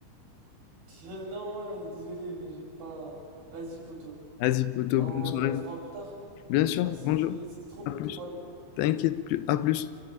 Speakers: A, on the right (about 80°); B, on the left (about 85°).
A: <laughs> Non, ouais, désolé, mais j'ai pas. Vas-y, poto.
B: Vas-y, poto,
A: On,
B: bonne soirée.
A: on se parle plus tard.
B: Bien sûr,
A: Merci,
B: bonjour,
A: désolé, c'était trop cool
B: à plus.
A: de te parler.
B: T'inquiète plus, à plus.